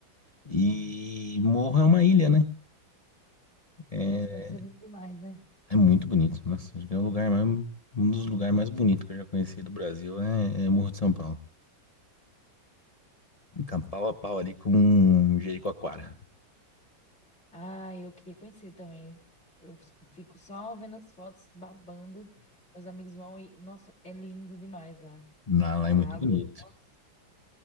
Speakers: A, on the left (about 55°); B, on the left (about 35°).
A: E
B: hum.
A: Morro é uma ilha, né? É,
B: Nossa, deve ser lindo demais, né?
A: é muito bonito. Nossa, acho que é o lugar mais, um dos lugares mais bonitos que eu já conheci do Brasil é, é Morro de São Paulo. Fica pau a pau ali com Jericoacoara.
B: Ah, eu queria conhecer também. Eu fico só vendo as fotos, babando. Meus amigos vão e, nossa, é lindo demais lá.
A: Lá, lá
B: A
A: é muito
B: água.
A: bonito.
B: Nossa.